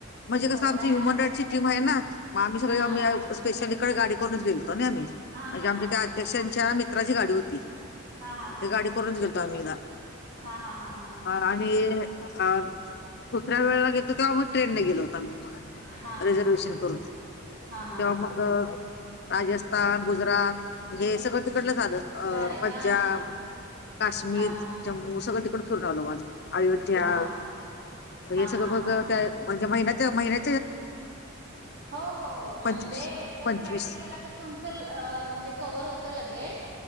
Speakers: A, on the left; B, on the right.
A: म्हणजे कसं
B: हो
A: आमची
B: काय
A: ह्युमन राईटची टीम आहे ना, म आम्ही सगळे
B: हा
A: आम्ही
B: हा
A: स्पेशल इकडे गाडी करूनच गेलतो नाही आम्ही
B: हा
A: म्हणजे
B: हा
A: आमच्या
B: हा
A: त्या अध्यक्षांच्या मित्राची गाडी होती
B: हा हा हा
A: ते गाडी करूनच गेलतो आम्ही येकदा
B: हा हा हा हा हा
A: आणि अ दुसऱ्या वेळेला गेलतो तेंव्हा मग ट्रेनने गेलो होतो आम्ही म
B: हा हा
A: रिझर्वेशन
B: हा हा
A: करून,
B: हा हा
A: तेव्हा
B: हा हा
A: मग राजस्थान गुजरात हे सगळं तिकडलंच आलं अ
B: झालंय
A: पंजाब
B: का
A: काशमीर,
B: हा हा
A: जमू सगळं तिकड फिरून आलो म आम्ही, अयोध्या
B: हा हा
A: हे
B: हा
A: सगळं
B: हा
A: म्हणजे मग महिन्याच्या महिन्या
B: हो हो
A: पंचवीस
B: म्हणजे जर
A: पंचवीस
B: फ्लाईटने गेला तर तुमचं म्हणजे कवर होतय लगेच,